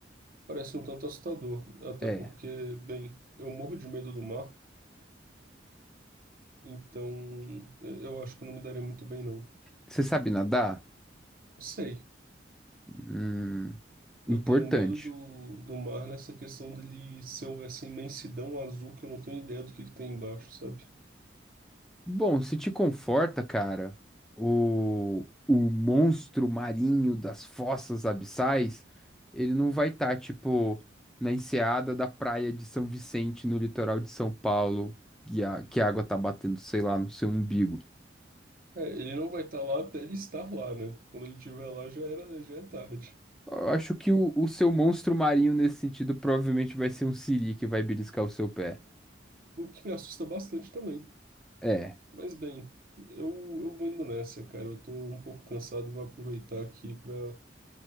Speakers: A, on the right; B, in the centre.
A: Parece um tanto assustador. Até
B: É.
A: porque, bem, eu morro de medo do mar, então eh, eu acho que eu não me daria muito bem, não.
B: Você sabe nadar?
A: Sei.
B: Hum,
A: Eu
B: importante.
A: tenho medo do, do mar nessa questão dele ser um, essa imensidão azul que eu não tenho ideia do que, que tem embaixo, sabe?
B: Bom, se te conforta, cara, o, o monstro marinho das fossas abissais, ele não vai estar, tipo, na enseada da praia de São Vicente, no litoral de São Paulo, que a, que a água tá batendo, sei lá, no seu umbigo.
A: É, ele não vai estar lá até ele estar lá, né? Quando ele estiver lá já era, já é tarde.
B: Eu acho que o, o seu monstro marinho, nesse sentido, provavelmente vai ser um siri que vai beliscar o seu pé.
A: O que me assusta bastante também.
B: É,
A: Mas bem, eu, eu vou indo nessa, cara. Eu tô um pouco cansado, vou aproveitar aqui pra,